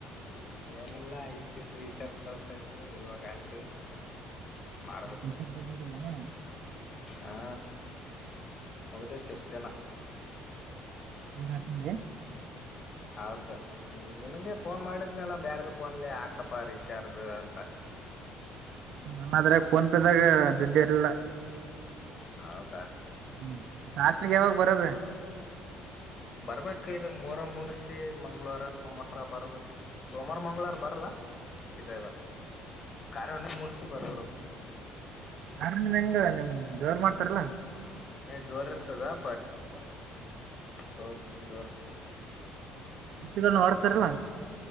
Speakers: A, on the left; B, on the right.
A: ಇನ್ನೆಲ್ಲಾ ಇ ಶ್ರೀತರ್ ಕಲ್ಸ ಇದ್ು ಇವಾಗ ಹಸ್ವಿ ಮಾಡ್ಬೇಕ
B: ರಿಚಾರ್ಜ್ದಿದ್ದಿಲ್ಲನ
A: ಹಾ ಹೋಗದೇತಿ ಎಷ್ಟ ದೇನ
B: ನೀವ್ ಹಾಕೊಂಡಿ
A: ಹೌದು ಹ್ಮ್ ನನ್ಗೆ ಫೋನ್ ಮಾಡಿದ್ನಲ್ಲ ಬ್ಯಾರ್ರ ಫೋನ್ಲಿ ಹಾಕಪ ರೀಚಾರ್ಜ್ ಅಂತ
B: ನಮ್ಮದ್ರಾಗ ಫೋನ್ ಪೇದಾಗ ದುಡ್ಡು ಇರಲ್ಲ
A: ಹೌದಾ
B: ಹ್ಮ ಮ ಹಾಸ್ಟ್ಲಿಿಗೆ ಯಾವಾಗ ಬರದ್ರೆ
A: ಬರ್ಬೇಕು ಇ ಮೂರ ಮುಗಸಿ ಮಂಗ್ಗಳವಾರ ಸೋಮವಾರ ಬರ್ಬೇಕ ಸೋಮವಾರ ಮಂಗಗಳವಾರ ಬರಲ್ಲ ಇದ ಕಾರ್ಯ ಮುಗಸಿ ಬರ್ಬಿಡೋದು
B: ಆದ್ರ ನಿಮ್ ಹೆಂಗ ನಿಮ್ ಜೋರ್ ಮಾಡ್ತಾರಲ್ಲ
A: ಜೋರ್ ಇರ್ತದ ಅ ತೊ ಜ್ರ್
B: ಎತ್ತುಗಳನ್ನ ಓಡಸ್ತಾರಲ್ಲ